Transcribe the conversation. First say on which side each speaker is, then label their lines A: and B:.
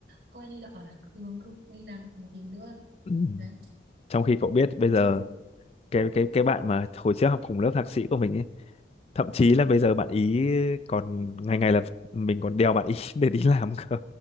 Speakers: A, on the right (about 60°); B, on the left (about 35°).
A: coi như là ở đường thôi đi làm còn gì nữa
B: ừ.
A: đấy
B: trong khi cậu biết bây giờ
A: chứ
B: cái cái cái bạn mà hồi trước học cùng lớp thạc sĩ của mình ấy thậm chí là
A: ừ,
B: bây giờ bạn ý còn ngày ngày là mình còn đèo bạn ý <laughs> để đi làm cơ